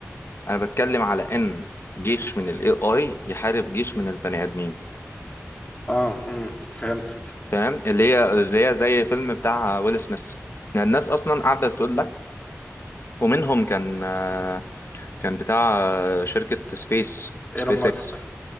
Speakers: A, on the left; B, on the left.
A: انا بتكلم على ان جيش من الاي اي يحارب جيش من البني ادمين
B: اه امم فهمتك
A: فاهم اللي هي اللي هي زي فيلم بتاع ويل سميث يعني الناس اصلا قاعده تقول لك ومنهم كان آه، كان بتاع آه، شركه سبيس سبيس
B: ايلون ماسك
A: اكس